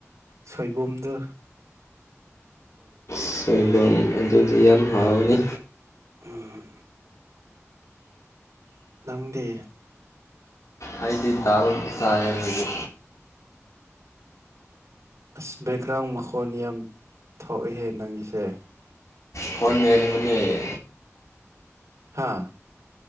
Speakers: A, on the right; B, on the left.
A: ꯁꯣꯏꯕꯨꯝꯗꯨ
B: ꯁꯣꯏꯕꯨꯝ ꯑꯗꯨꯗꯤ ꯌꯥꯝ ꯍꯥꯎꯅꯤ
A: ꯎꯝ ꯅꯪꯗꯤ
B: ꯑꯩꯗꯤ ꯗꯥꯜ ꯆꯥꯏꯌꯦ
A: ꯑꯁ ꯕꯦꯛꯒ꯭ꯔꯥꯎꯟ ꯃꯈꯣꯟ ꯌꯥꯝ ꯊꯣꯛꯑꯦꯍꯦ ꯅꯪꯒꯤꯁꯦ
B: ꯐꯣꯟꯌꯦꯡꯕꯅꯦ
A: ꯍꯥꯥ